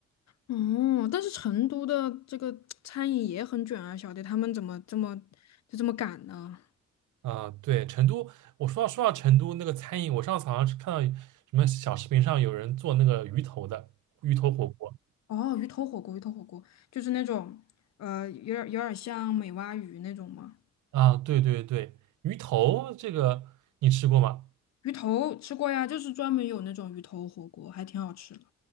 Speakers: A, on the left; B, on the right.
A: 哦，但是成都的这个餐饮也很卷啊，小弟他们怎么这么就这么赶呢？
B: 啊、对，成都，我说到说到成都那个餐饮，我上次好像是看到什么小视频上有人做那个鱼头的鱼头火锅。
A: 哦，鱼头火锅，鱼头火锅就是那种呃有点有点像美蛙鱼那种吗？
B: 啊，对对对，鱼头这个你吃过吗？
A: 鱼头吃过呀，就是专门有那种鱼头火锅，还挺好吃的。